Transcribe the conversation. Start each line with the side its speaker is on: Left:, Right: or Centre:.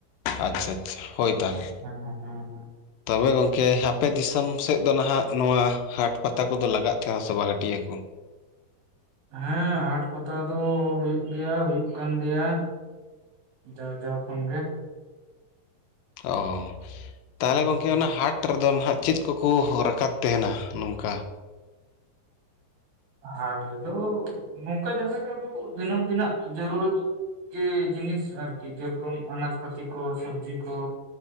Left: ᱟᱪᱪᱷᱟ ᱟᱪᱪᱷᱟ ᱦᱳᱭ ᱛᱟᱦᱞᱮ
Right: ᱦᱮᱸ ᱦᱮᱸ ᱦᱮᱸ
Left: ᱛᱚᱵᱮ ᱜᱚᱝᱠᱮ ᱟᱯᱮ ᱫᱤᱥᱚᱢ ᱥᱮᱫ ᱫᱚ ᱱᱟᱦᱟᱜ ᱱᱚᱣᱟ ᱦᱟᱴ ᱯᱟᱛᱟ ᱠᱚᱫᱚ ᱞᱟᱜᱟᱜ ᱛᱟᱦᱮᱸᱱᱟ ᱥᱮ ᱵᱟᱝ-ᱟ ᱦᱟᱹᱴᱤᱭᱟᱹ ᱠᱚ,
Right: ᱦᱮᱸ ᱦᱟᱴ ᱯᱟᱛᱟ ᱫᱚ ᱦᱩᱭᱩᱜ ᱜᱮᱭᱟ ᱦᱩᱭᱩᱜ ᱠᱟᱱ ᱜᱮᱭᱟ᱾ ᱡᱟᱣ ᱡᱟᱣ ᱠᱷᱚᱱ ᱜᱮ,
Left: ᱚᱻ ᱛᱟᱦᱚᱞᱮ
Right: ᱦᱩᱸ
Left: ᱜᱚᱢᱠᱮ ᱚᱱᱟ ᱦᱟᱴ <unintelligible> ᱨᱮᱫᱚ ᱱᱟᱦᱟᱜ ᱪᱮᱫ ᱠᱚᱠᱚ ᱨᱟᱠᱟᱵ ᱛᱟᱦᱮᱱᱟ ᱱᱚᱝᱠᱟ?
Right: ᱦᱟᱴ ᱨᱮᱫᱚ ᱱᱚᱝᱠᱟ ᱡᱟᱦᱟᱸ ᱜᱮ ᱟᱵᱚ ᱫᱤᱱᱟᱹᱢ-ᱫᱤᱱᱟᱜ ᱡᱟᱹᱨᱩᱨᱤ ᱡᱮ ᱡᱤᱱᱤᱥ ᱟᱨᱠᱤ ᱡᱮᱨᱚᱠᱚᱢ ᱟᱱᱟᱡ- ᱯᱟᱛᱤ ᱠᱚ ᱥᱚᱵᱡᱤ ᱠᱚ